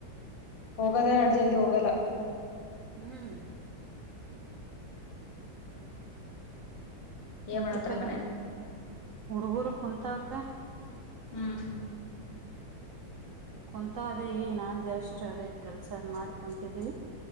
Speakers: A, on the left; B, on the right.
A: ಹೋಗದೇನ ಅಡ್ಜಲ್ದಿ ಹೋಗಲ್ಲ
B: ಹ್ಮ್
A: ಏನ್
B: ಆಯ್ತಿ
A: ಮಾಡತ್ತಾರ
B: ಇಪ್ಪದ
A: ಮನ್ಯಾಗ
B: ಹುಡುಗುರು ಕುಂತ ಕ್ಕ
A: ಹ್ಮ್
B: ಕುಂತ ಅದೇ ಈ ನಾನ್ ಜಾಸ್ಟ್ ಅದೇ ಕೆಲ್ಸ ಅದ್ ಮಾಡ್ ಕುಂತಿದ್ದೀವಿ